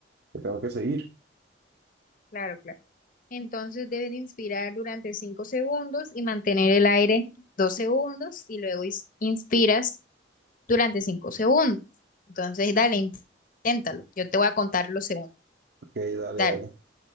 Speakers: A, on the right; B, on the left.
A: que tengo que seguir.
B: claro, claro. Entonces deben inspirar durante 5 segundos y mantener el aire 2 segundos y luego is- inspiras durante 5 segundos. Entonces, dale, in- inténtalo. Yo te voy a contar los segundos.
A: Ok, dale,
B: Dale.
A: dale.